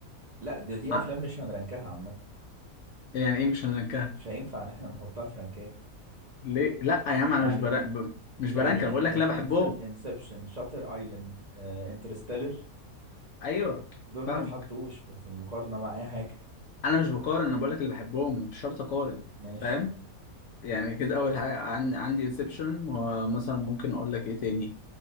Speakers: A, on the right; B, on the left.
A: لا دي دي
B: ع-
A: افلام مش هنرنكها عامة
B: يعني ايه مش هنك...
A: مش هينفع ان احنا نحطها في رنكات
B: ليه لا يا عم انا
A: يعني
B: مش برا... ب... مش
A: يعني
B: برانك انا
A: ان
B: بقول لك
A: ان
B: اللي انا بحبهم
A: انسبشن شاتر ايلاند آه، انترستيلر
B: ايوه
A: دول
B: فاهم
A: ما يتحطوش في في مقارنة مع اي حاجة
B: انا مش بقارن انا بقول لك اللي بحبهم مش شرط اقارن
A: ماشي
B: فاهم يعني كده اول حاجه عن... عندي انسبشن ومثلا ممكن اقول لك ايه تاني